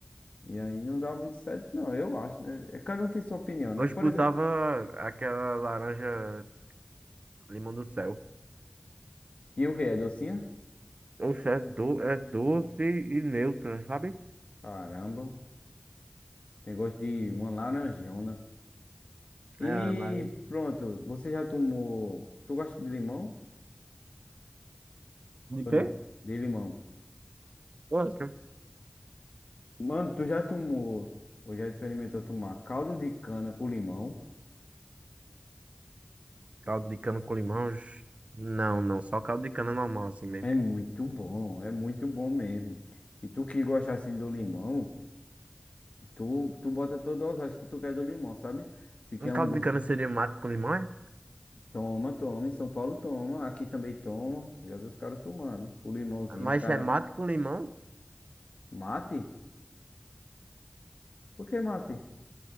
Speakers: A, on the left; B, on the right.
A: E aí não dá muito certo, não, eu acho, né? É, Cada um tem sua opinião, né?
B: Hoje
A: Por
B: botava
A: exemplo,
B: aquela laranja limão do céu.
A: e o que é docinha?
B: Oxe, é, do, é doce e neutra, sabe?
A: Caramba, tem gosto de uma laranjona. E
B: é mas...
A: pronto, você já tomou. Tu gosta de limão?
B: De
A: Ou
B: quê?
A: não? De limão.
B: Gosto.
A: Mano, tu já tomou, ou já experimentou tomar caldo de cana com limão?
B: Caldo de cana com limão. oxe. Não, não, só caldo de cana normal, assim mesmo.
A: É muito bom, é muito bom mesmo. E tu que gosta assim do limão, tu, tu bota toda a dosagem que tu quer do limão, sabe? Se quer
B: Um caldo
A: um gosto,
B: de cana seria mate com limão, é?
A: toma, toma. Em São Paulo toma, aqui também toma. Já vi os caras tomando. O limãozinho,
B: Mas
A: os caras.
B: é mate com limão?
A: Mate? Por que mate?